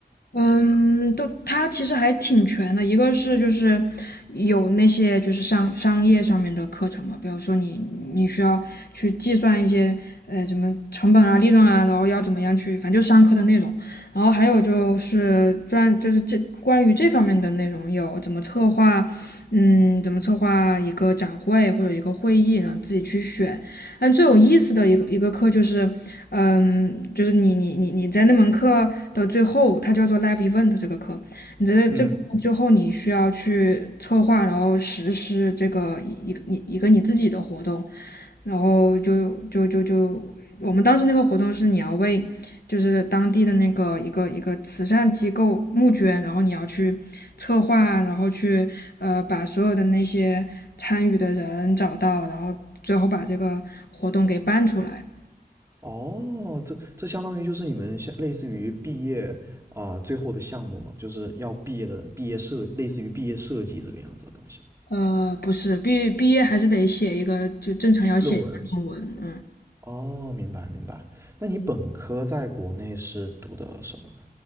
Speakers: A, on the left; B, on the right.
A: 嗯，都它其实还挺全的，一个是就是有那些就是商商业上面的课程嘛，比如说你你需要去计算一些呃什么成本啊、利润啊，然后要怎么样去，反正就商课的内容。然后还有就是专就是这关于这方面的内容有怎么策划，嗯，怎么策划一个展会或者一个会议呢？自己去选，但最有意思的一个一个课就是，嗯，就是你你你你在那门课的最后，它叫做 live event 这个课，你这这最后你需要去策划，
B: 嗯。
A: 然后实施这个一一个你一个你自己的活动，然后就就就就我们当时那个活动是你要为就是当地的那个一个一个慈善机构募捐，然后你要去策划，然后去呃把所有的那些参与的人找到，然后最后把这个活动给办出来。
B: 哦，这这相当于就是你们像类似于毕业啊、最后的项目嘛，就是要毕业的毕业设，类似于毕业设计这个样子的东西嘛。
A: 呃，不是，毕毕业还是得写一个，就正常要写一个论文，
B: 论文。
A: 嗯。
B: 哦，明白明白。那你本科在国内是读的什么呢？